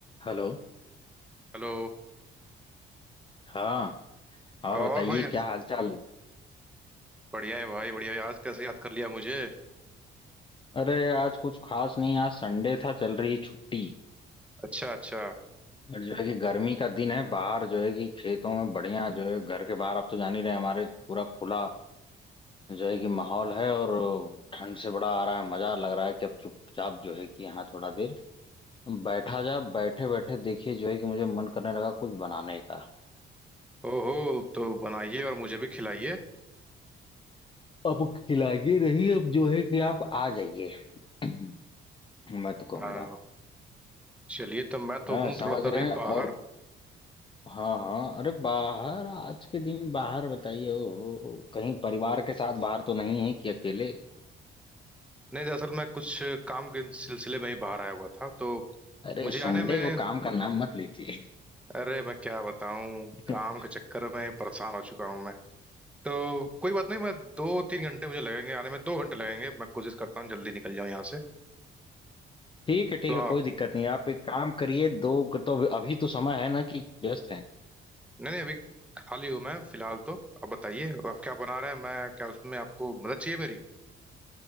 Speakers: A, on the left; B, in the centre.
A: Hello
B: Hello
A: हाँ और
B: और
A: बताइए
B: भाई
A: क्या हालचाल
B: बढ़िया है भाई बढ़िया है आज कैसे याद कर लिया मुझे
A: अरे आज कुछ खास नहीं आज संडे था चल रही छुट्टी
B: अच्छा अच्छा
A: और जो है कि गर्मी का दिन है बाहर जो है कि खेतों में बढ़िया जो है घर के बाहर आप तो जान ही रहे हैं, हमारे पूरा खुला जो है कि माहौल है और ठंड से बड़ा आ रहा है मजा लग रहा है कि अब चुपचाप जो है कि यहाँ थोड़ा देर बैठा जा बैठे बैठे देखिए जो है कि मुझे मन करने लगा कुछ बनाने का
B: ओहो तो बनाइए और मुझे भी खिलाइए
A: अब खिलाइए रही अब जो है कि आप आ जाइए <clears throat> मैं तो कहूंगा
B: आ, चलिए तो मैं तो
A: हाँ
B: हूँ
A: समझ
B: थोड़ा सा
A: रहे
B: भी <laughs>
A: हैं और
B: बाहर
A: हाँ हाँ अरे बाहर आज के दिन बाहर बताइए ओ, ओ, कहीं परिवार के साथ बाहर तो नहीं है कि अकेले
B: नहीं दरअसल मैं कुछ काम के सिलसिले में ही बाहर आया हुआ था तो
A: अरे
B: मुझे
A: संडे
B: आने में
A: को काम का नाम मत लीजिए
B: अरे मैं क्या बताऊँ
A: <laughs>
B: काम के चक्कर में परेशान हो चुका हूँ मैं तो कोई बात नहीं मैं दो तीन घंटे मुझे लगेंगे आने में दो घंटे लगेंगे मैं कोशिश करता हूँ जल्दी निकल जाऊँ यहाँ से
A: ठीक है ठीक
B: तो
A: है कोई दिक्कत नहीं आप एक काम करिए दो तो अभी तो समय है ना कि व्यस्त हैं
B: नहीं नहीं अभी खाली हूँ मैं फिलहाल तो अब बताइए आप क्या बना रहे हैं मैं क्या उसमें आपको मदद चाहिए मेरी